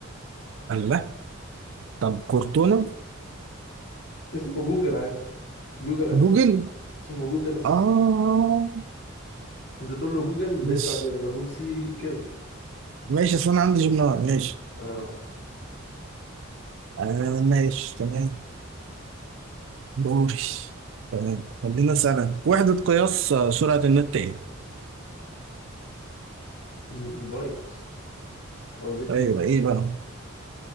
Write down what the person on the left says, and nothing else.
اسمه جوجل عادي جوجل أسيست
اسمه جوجل أسيست
انت تقول له جوجل بيطلع
زي ما تقول سيري كده
اه
م- البايت او البيت